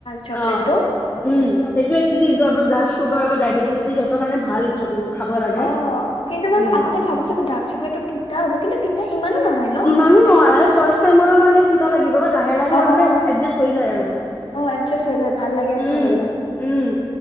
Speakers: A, on the left; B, on the left.
A: চকলেটটো
B: অ', উম সেইটো এক্চেলি <unintelligible> যাৰ চুগাৰ বা ডায়বেটছ আছে সিহঁতৰ কাৰণ ভাল খাব লাগে।
A: অ কিন্তু মই
B: উম,
A: আগতে ভাবিছো ডাৰ্ক চকলেটটো তিতা কিন্তু তিতা ইমানো নহয় ন
B: ইমানো নহয় মানে ফাষ্ট টাইমৰ কাৰণে তিতা লাগিব লাহে লাহে
A: অ
B: আৰু
A: অ
B: মানে এডজাষ্ট হৈ যায় আৰু
A: অ এডজাষ্ট হৈ যায় ভাল লাগে আৰু
B: উম
A: খাবলে
B: উম